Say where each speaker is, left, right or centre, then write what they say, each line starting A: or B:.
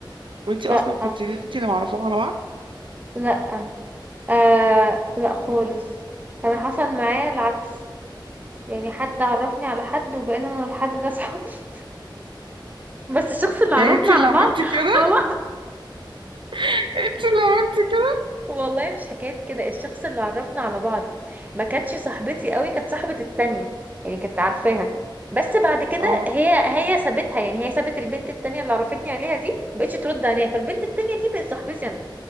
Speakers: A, on the right; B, on the right.
A: وانت اصلا
B: لا
A: كنت انت اللي معرفاهم على بعض
B: لا آه لا خالص انا حصل معايا العكس يعني حد عرفني على حد وبقينا انا والحد ده صحاب <laughs> بس الشخص اللي
A: يعني
B: عرفنا
A: انت اللي
B: على
A: عملتي
B: بعض
A: كده
B: هو
A: <laughs> انت اللي عملتي كده
B: والله مش حكاية كده الشخص اللي عرفنا على بعض ما كانتش صاحبتي قوي كانت صاحبة التانية يعني كانت عارفاها بس بعد كده
A: اه
B: هي هي سابتها يعني هي سابت البنت التانية اللي عرفتني عليها دي مبقتش ترد عليها فالبنت التانية دي بقت صاحبتي انا